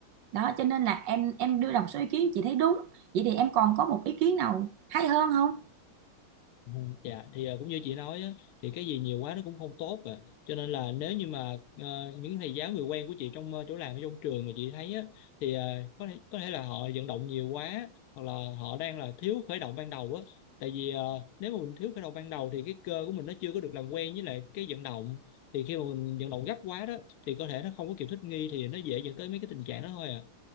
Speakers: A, on the right; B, on the left.
A: đó cho nên là em em đưa ra một số ý kiến chị thấy đúng vậy thì em còn có một ý kiến nào hay hơn không
B: Ừ, Dạ thì ờ, cũng như chị nói á, thì cái gì nhiều quá nó cũng không tốt à. Cho nên là nếu như mà ờ, những thầy giáo người quen của chị trong ờ, chỗ làm hay trong trường mà chị thấy á thì ờ, có thể có thể là họ vận động nhiều quá hoặc là họ đang là thiếu khởi động ban đầu á. Tại vì ờ, nếu mà mình thiếu khởi động ban đầu thì cái cơ của mình nó chưa có được làm quen với lại cái vận động thì khi mà mình vận động gấp quá đó thì cơ thể nó không có kịp thích nghi thì nó dễ dẫn tới mấy cái tình trạng đó thôi à